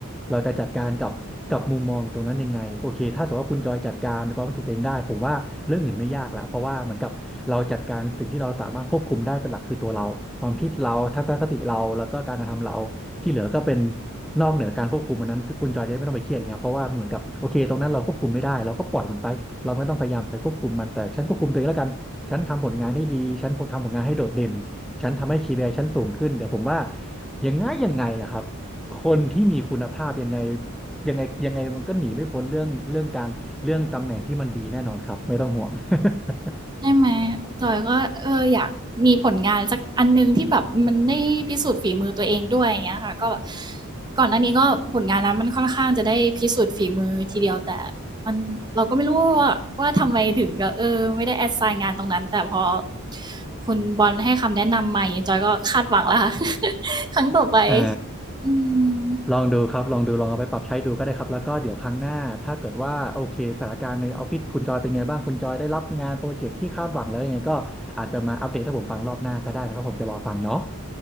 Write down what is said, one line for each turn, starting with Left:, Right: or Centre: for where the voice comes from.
Centre: เราจะจัดการกับกับมุมมองตรงนั้นยังไงโอเคถ้าสมมติว่าคุณจอยจัดการความรู้สึกตัวเองได้ผมว่าเรื่องอื่นไม่ยากละเพราะว่าเหมือนกับเราจัดการสิ่งที่เราสามารถควบคุมได้เป็นหลักคือตัวเราความคิดเราทัศนคติเราแล้วก็การกระทำเรา ที่เหลือก็เป็นนอกเหนือการควบคุมอันนั้นคุณจอยจะไม่ต้องไปเครียดไครับเพราะว่าเหมือนกับโอเคตรงนั้นเราควบคุมไม่ได้เราก็ปล่อยมันไปเราไม่ต้องพยายามไปควบคุมมันแต่ฉันควบคุมตัวเองแล้วกันฉันทำผลงานให้ดีฉันทำผลงานให้โดดเด่นฉันทำให้ KPI ฉันสูงขึ้นเดี๋ยวผมว่ายังไงยังไงอะครับคนที่มีคุณภาพยังไงยังไงยังไงมันก็หนีไม่พ้นเรื่องเรื่องการเรื่องตำแหน่งที่มันดีแน่นอนครับไม่ต้องห่วง <laughs>
Right: ใช่ไหมจอยก็เอออยากมีผลงานสักอันหนึ่งที่แบบมันได้พิสูจน์ฝีมือตัวเองด้วยอย่างเงี้ยค่ะก็ก่อนหน้านี้ก็ผลงานนั้นมันค่อนข้างจะได้พิสูจน์ฝีมือทีเดียวแต่มันเราก็ไม่รู้ว่าว่าทำไมถึงก็เออไม่ได้แอดไซน์งานตรงนั้นแต่พอคุณบอลให้คำแนะนำใหม่จอยก็คาดหวังแล้วค่ะ <laughs> ครั้งต่อไป
Centre: อ่า
Right: อืม
Centre: ลองดูครับลองดูลองเอาไปปรับใช้ดูก็ได้ครับแล้วก็เดี๋ยวครั้งหน้าถ้าเกิดว่าโอเคสถานการณ์ในออฟฟิศคุณจอยเป็นไงบ้างคุณจอยได้รับงานโปรเจกต์ที่คาดหวังแล้วยังไงก็อาจจะมาอัปเดตให้ผมฟังรอบหน้าก็ได้นะครับผมจะรอฟังเนาะ